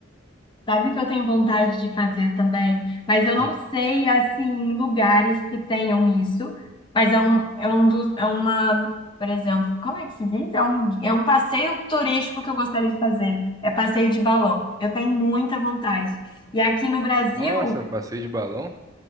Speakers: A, on the left (about 25°); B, on the right (about 20°).
A: Sabe o que eu tenho vontade de fazer também? Mas eu não
B: Hum.
A: sei, assim, lugares que tenham isso. Mas é um, é um dos, é uma, por exemplo, como é que se diz? É um, é um passeio turístico que eu gostaria de fazer. É passeio de balão. Eu tenho muita vontade. E aqui no Brasil,
B: Nossa, passeio de balão?